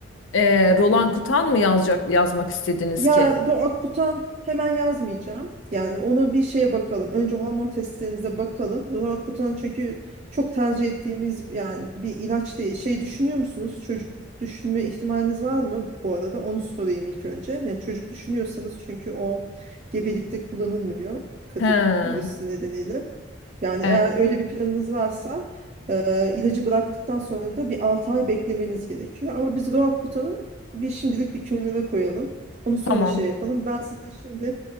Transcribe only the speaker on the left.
E, Roland
Kutan mı yazacak, yazmak istediniz
ki?
He.
E,
tamam.